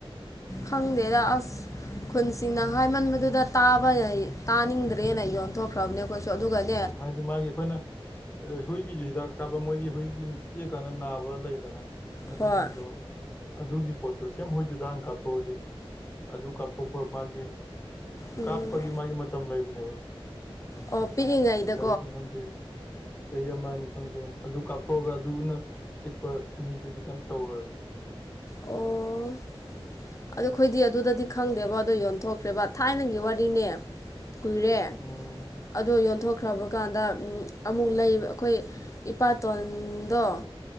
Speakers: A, on the left; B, on the left.
A: ꯈꯪꯗꯦꯗ ꯑꯁ ꯈꯨꯟꯁꯤꯡꯅ ꯍꯥꯏꯃꯟꯕꯗꯨꯗ ꯇꯥꯕ ꯇꯥꯅꯤꯡꯗ꯭ꯔꯦꯅ ꯌꯣꯟꯊꯣꯛꯈ꯭ꯔꯕꯅꯦ ꯀꯣꯏꯁꯨ ꯑꯗꯨꯒꯅꯤ
B: ꯍꯥꯏꯗꯤ ꯃꯥꯒꯤ ꯑꯩꯈꯣꯏꯅ ꯍꯨꯏꯒꯤꯁꯨ ꯍꯤꯗꯥꯛ ꯀꯥꯞꯄ ꯃꯣꯏꯒꯤ ꯍꯨꯏꯒꯤ ꯆꯤꯛꯑꯥꯀꯥꯟꯗ ꯅꯥꯕ ꯂꯩꯗꯅ ꯑꯗꯨꯁꯤꯡꯗꯣ
A: ꯍꯣꯏ
B: ꯑꯗꯨꯒꯤ ꯄꯣꯠꯇꯣ ꯁꯦꯝ ꯍꯣꯏꯗꯨꯗ ꯍꯥꯟ ꯀꯥꯞꯊꯣꯛꯑꯗꯤ ꯑꯗꯨ ꯀꯥꯞꯊꯣꯛꯄ ꯃꯥꯒꯤ
A: ꯎꯝ
B: ꯀꯥꯞꯄꯒꯤ ꯃꯥꯒꯤ ꯃꯇꯝ ꯂꯩꯕꯅꯦꯕ
A: ꯑꯣ ꯄꯤꯛꯏꯉꯥꯏꯗ
B: ꯇꯔꯨꯛꯅꯤꯍꯟꯗꯦ ꯆꯍꯤ ꯑꯃ ꯑꯅꯤ ꯈꯪꯗꯦ ꯑꯗꯨ ꯀꯥꯞꯊꯣꯛꯑꯒ ꯑꯗꯨꯅ ꯆꯤꯛꯄ ꯃꯤꯗꯨꯗꯤ ꯀꯩꯝ ꯇꯧꯔꯣꯏꯕ
A: ꯑꯣ ꯑꯗꯨ ꯑꯩꯈꯣꯏꯗꯤ ꯑꯗꯨꯗꯗꯤ ꯈꯪꯗꯦꯕ ꯑꯗꯣ ꯌꯣꯟꯊꯣꯛꯈ꯭ꯔꯦꯕ ꯊꯥꯏꯅꯒꯤ ꯋꯥꯔꯤꯅꯦ ꯀꯨꯏꯔꯦ
B: ꯎꯝ
A: ꯑꯗꯣ ꯌꯣꯟꯊꯣꯛꯈ꯭ꯔꯕ ꯀꯥꯟꯗ ꯑꯃꯨꯛ ꯂꯩ ꯑꯩꯈꯣꯏ ꯏꯄꯥꯇꯗ